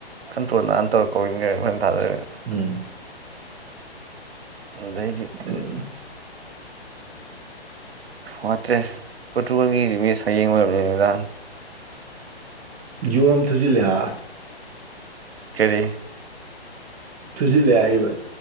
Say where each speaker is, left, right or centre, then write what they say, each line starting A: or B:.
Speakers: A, on the right (about 70°); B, on the right (about 35°).
A: ꯀꯟꯇ꯭ꯔꯣꯜ ꯅꯥꯥꯟ ꯇꯧꯔꯛ ꯀꯧꯋ ꯊꯥꯖꯔꯦ
B: ꯎ
A: ꯗꯦꯒꯤ
B: ꯎꯝ
A: ꯋꯥꯠꯇ꯭ꯔꯦ ꯐꯣꯇꯨꯒꯣꯜꯒꯤ ꯍꯌꯦꯡ ꯑꯣꯏꯔꯕꯅꯤ ꯅꯨꯃꯤꯗꯥꯡ
B: ꯖꯤꯑꯣ ꯑꯃ ꯊꯨꯖꯤꯜꯂꯦꯦ
A: ꯀꯔꯤ
B: ꯊꯨꯖꯤꯜꯂꯦ ꯍꯥꯏꯔꯤꯕ